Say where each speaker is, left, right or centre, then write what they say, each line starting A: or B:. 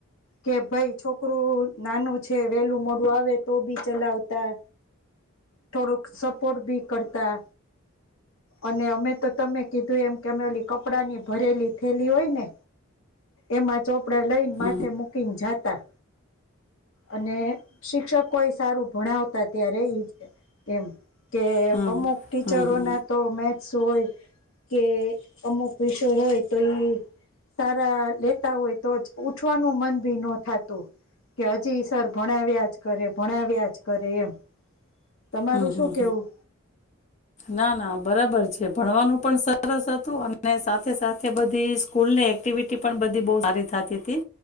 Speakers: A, on the left; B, on the left.
A: કે ભાઈ છોકરું નાનું છે વેલું મોડું આવે તો બી ચલાવતા થોડુંક સપોર્ટ બી કરતા અને અમે તો તમે કીધું એમ કેમેલી કપડા ની ભરેલી થેલી હોય ને એમાં ચોપ કડા લઈને
B: હમ
A: માથે મૂકીને જાતા. અને શિક્ષકો એ સારું ભણાવતા જ તેયારેય એમ કે
B: હમ
A: અમુક ટીચરો
B: હમ હમ
A: ના તો મે સોંય કે અમુક વિષો હોય તો ઈ સારા લેતા હોય તો જ ઉઠવાનું મન ભી નો થાતું કે હજી જી સર ભણાવ્યા જ કરે ભણાવ્યા જ કરે એમ. તમારું
B: હમ
A: શું કેવું
B: ના ના બરાબર છે ભણવાનું પણ સરસ હતું અને સાથે સાથે બધી સ્કૂલની એક્ટિવિટી પણ બધી બો સારી થતી ત હતી